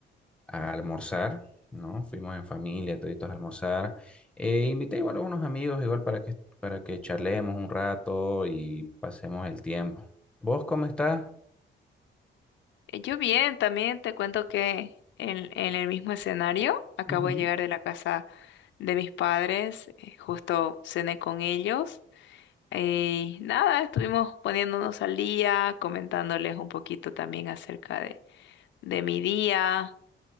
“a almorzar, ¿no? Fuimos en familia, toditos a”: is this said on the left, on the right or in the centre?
Centre